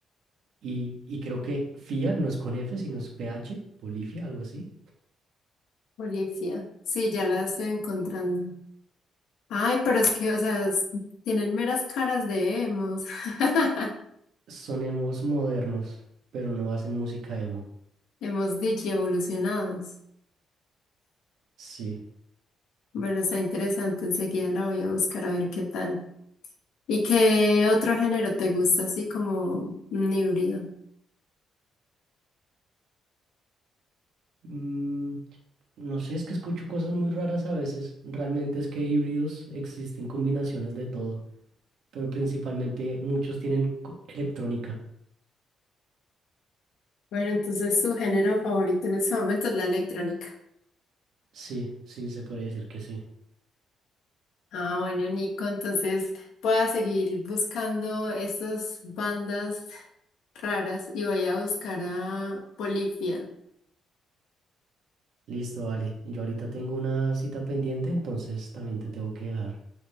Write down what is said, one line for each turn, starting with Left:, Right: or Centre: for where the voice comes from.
Right: y creo que FIA no es con F, sino es P H Polifia, algo así.
Left: Olivia. Sí, ya la estoy encontrando. Ay, pero es que, o sea, es- tienen meras caras de emos. <laughs>
Right: Son emos modernos, pero no hacen música emo.
Left: Hemos dicho evolucionados.
Right: Sí.
Left: Bueno, está interesante. Enseguida la voy a buscar a ver qué tal. ¿Y qué otro género te gusta, así como un híbrido?
Right: Mm, no sé, es que escucho cosas muy raras a veces. Realmente es que híbridos existen combinaciones de todo, pero principalmente muchos tienen co- electrónica.
Left: Bueno, entonces su género favorito en este momento es la electrónica.
Right: Sí, sí, se podría decir que sí.
Left: Ah, bueno, Nico, entonces voy a seguir buscando esas bandas raras y voy a buscar a Polifia.
Right: Listo, vale. Yo ahorita tengo una cita pendiente, entonces también te tengo que dejar.